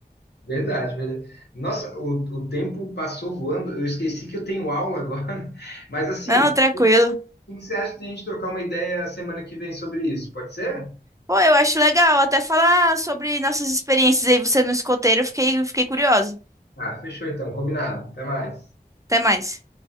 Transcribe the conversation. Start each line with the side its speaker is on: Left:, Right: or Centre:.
Left: Verdade, verdade. Nossa, o, o tempo passou voando. Eu esqueci que eu tenho aula agora. <laughs> Mas assim,
Right: Não,
Left: o
Right: tranquilo.
Left: que que você acha de a gente trocar uma ideia semana que vem sobre isso? Pode ser?
Right: Pô, eu acho legal até falar sobre nossas experiências aí, você no escoteiro, eu fiquei, eu fiquei curiosa.
Left: Ah, fechou então, combinado. Até mais.
Right: Até mais.